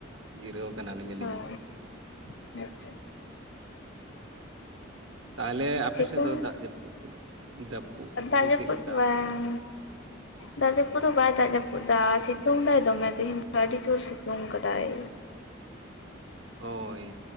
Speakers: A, on the right; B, on the left.
A: ᱡᱤᱨᱟᱹᱣ ᱠᱟᱱᱟᱞᱤᱧ
B: ᱦᱳᱭ
A: ᱟᱹᱞᱤᱧ ᱦᱚᱸ
B: ᱟᱪᱪᱷᱟ
A: ᱛᱟᱦᱚᱞᱮ ᱟᱯᱮ
B: ᱥᱤᱛᱩᱝ
A: ᱥᱮᱫ ᱫᱚ ᱫᱟᱜ ᱡᱟᱹᱯᱩᱫ ᱡᱟᱹᱯᱩᱫ
B: ᱫᱟᱜ
A: ᱠᱚ
B: ᱡᱟᱹᱯᱩᱫ
A: ᱪᱮᱫ ᱞᱮᱠᱟ
B: ᱵᱟᱝ ᱫᱟᱜ ᱡᱟᱹᱯᱩᱫ ᱫᱚ ᱵᱟᱭ ᱫᱟᱜ ᱡᱟᱹᱯᱩᱫ ᱫᱟ, ᱥᱤᱛᱩᱝ ᱫᱟᱭ ᱫᱚᱢᱮ ᱛᱮᱦᱮᱧ ᱫᱚ ᱟᱹᱰᱤ ᱡᱳᱨ ᱥᱤᱛᱩᱝ ᱠᱟᱫᱟᱭ᱾
A: ᱦᱳᱭ